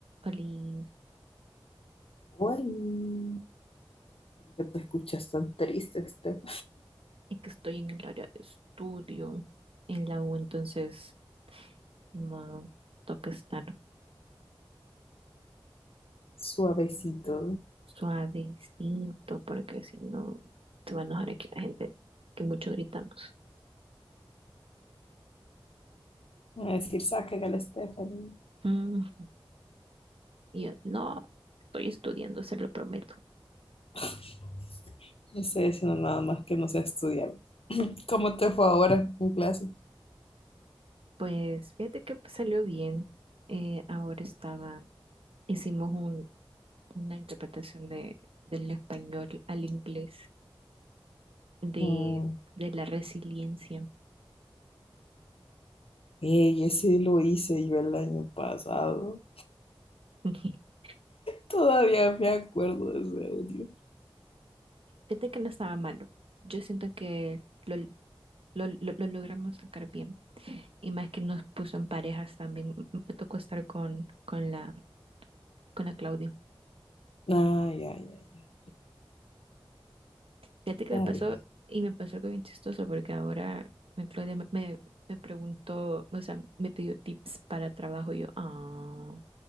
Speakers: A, on the right; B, on the left.
A: Oli,
B: Oli, ¿por qué te escuchas tan triste, este
A: es que estoy en el área de estudio en la U, entonces ni modo, toca estar
B: Suavecito.
A: suavecito porque si no se va a enojar aquí la gente que mucho gritamos.
B: Van A decir, saca al Stephanie.
A: Mm, y yo, no, estoy estudiando, se lo prometo.
B: <laughs> No estoy haciendo nada más que no sé estudiar. ¿Cómo te fue ahora en clase?
A: Pues fíjate que salió bien. Eh, ahora estaba, hicimos un- una interpretación de, del español al inglés de,
B: Mm,
A: de la resiliencia.
B: ey, ese lo hice yo el año pasado.
A: <laughs>
B: Todavía me acuerdo de ese audio.
A: fíjate que no estaba malo. Yo siento que lo, lo, lo- lo logramos sacar bien. Y más que nos puso en parejas también. M- Me tocó estar con, con la, con la Claudia.
B: Ah, ya, ya, ya.
A: Fíjate que
B: Está
A: me pasó,
B: bien.
A: y me pasó algo bien chistoso, porque ahora la Claudia me, me, me preguntó, o sea, me pidió tips para trabajo. Y yo, ah,